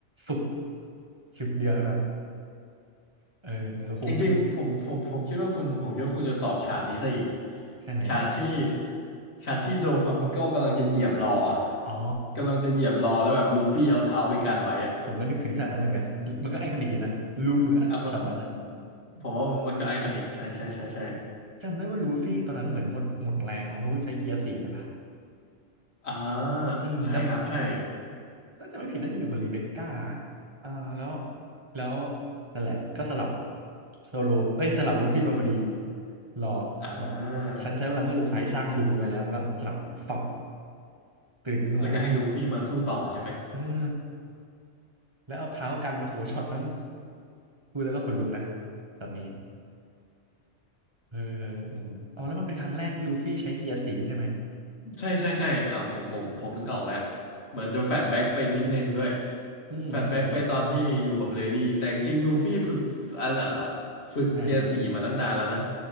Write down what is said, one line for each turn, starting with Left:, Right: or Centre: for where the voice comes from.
Right: ฟุบชึบเดียวเท่านั้นเออเออโอ้โหมิ
Left: จริงๆผมผมผมคิดว่าคุณผมคิดว่าคุณจะตอบฉากนี้ซะอีก
Right: ฉากไหนอ่ะ
Left: ฉากที่ฉากที่โดฟลามิงโกกำลังจะเหยียบรออ่ะ
Right: อ๋อ
Left: กำลังจะเหยียบรอแล้วแบบลูฟี่เอาเท้าไปกันไว้อ่ะ
Right: ผมก็นึกถึงฉากนั้นเหมือนกันมันก็ไอคอนิกอยู่นะลูเหมือช็อตนั้นอ่ะ
Left: เอามาผมว่ามันก็ไอคอนิกใช่ใช่ใช่ใช่
Right: จำได้ว่าลูฟี่ตอนนั้นเหมือนหมดหมดแรงมั้งเพราะว่าใช้เกียร์สี่ไปปะ
Left: อ่า
Right: อืมแล้ว
Left: ใช่ครับใช่
Right: ถ้าจะไม่ผิดน่าจะอยู่กับรีเบคก้าอ่าแล้วแล้วนั่นแหละก็สลับโซโลเอ้ยสลับลูฟี่มาพอดี รอ
Left: อ่า
Right: บอกฉันใช้พลังเครื่องสุดท้ายสร้างดูมเอาไว้แล้วแล้วก็สลับฝับตื่นขึ้นมา
Left: แล้วก็ให้ลูฟี่มาสู้ต่อใช่ไหม
Right: เออแล้วเอาเท้ากันโอ้โหช็อตนั้นพูดแล้วก็ขนลุกนะแบบนี้เออเอออ๋อแล้วมันเป็นครั้งแรกที่ลูฟี่ใช้เกียร์สี่ใช่ไหม
Left: ใช่ใช่ใช่อ่าผมผมผมนึกออกแล้วเหมือนจะแฟดแบ็กไปนิดนึงด้วย
Right: อืมอืม
Left: แฟดแบ็กไปตอนที่อยู่กับเลดี้แต่จริงๆลูฟี่ฝึกอ่าแบบฝึกเกียร์สี่มาตั้งนานแล้วนะ
Right: อ่าอา